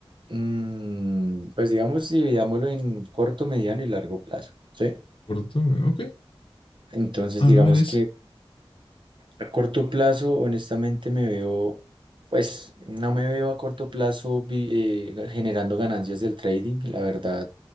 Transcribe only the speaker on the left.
Corto, ok,
háblame
de eso.